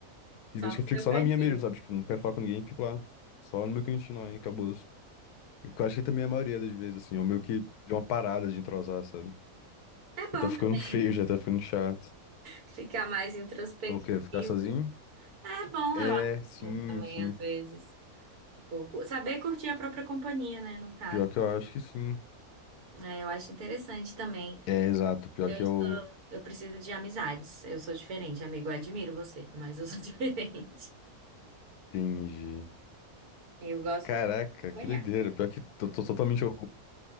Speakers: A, on the left; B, on the right.
A: Tem
B: Só
A: vezes
B: no
A: que eu fico
B: seu
A: só
B: cantinho.
A: na minha mesmo, sabe? Tipo, não quero falar com ninguém, fico lá, só no meu cantinho lá, e acabou. Eu acho que também é a maioria das vezes, assim, eu meio que deu uma parada de entrosar, sabe?
B: É
A: Porque
B: bom
A: tá ficando
B: também
A: feio já, tá ficando chato.
B: ficar mais introspectivo.
A: O quê? Ficar sozinho?
B: É bom,
A: É,
B: eu acho,
A: sim,
B: também,
A: sim.
B: às vezes. Tipo, cu- saber curtir a própria companhia, né, no caso.
A: Pior que eu acho que sim.
B: É, eu acho interessante também.
A: É, exato. Pior
B: Eu
A: que eu
B: sou, eu preciso de amizades. Eu sou diferente, amigo. Eu admiro você, mas eu sou <laughs> diferente.
A: entendi.
B: Eu gosto
A: Caraca,
B: de acompanhar.
A: que doideira. Pior que tô, tô totalmente o,